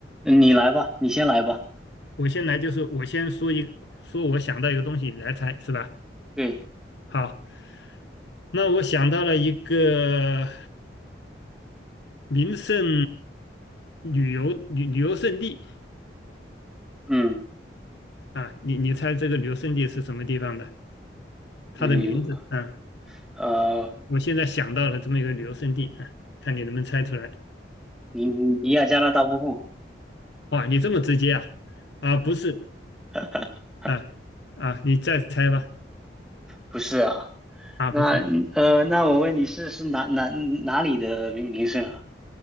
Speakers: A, in the centre; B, on the left.
A: 你来吧，你先来吧，
B: 我先来就是我先说一说我想到一个东西你来猜是吧？
A: 对，
B: 好，那我想到了一个名胜旅游旅旅游胜地
A: 嗯，
B: 啊，你你猜这个旅游胜地是什么地方的？它的名字啊，
A: 对，有，呃，
B: 我现在想到了这么一个旅游胜地啊，看你能不能猜出来。
A: 尼尼亚加拉大瀑布，
B: 哇，你这么直接啊？啊，不是
A: <laughs>
B: 啊啊，你再猜吧。
A: 不是啊，
B: 啊，
A: 那呃，
B: 不是。
A: 那我问你是是哪哪哪里的名名胜啊？